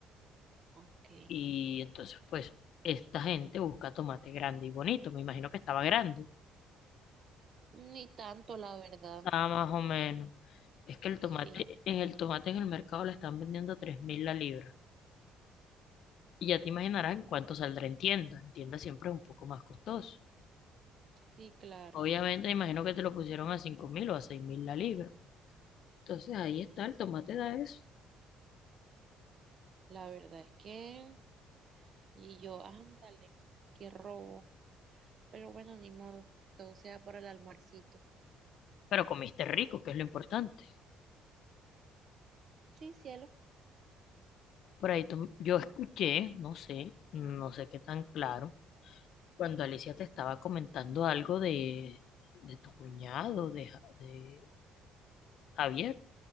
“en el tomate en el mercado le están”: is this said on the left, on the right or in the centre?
Left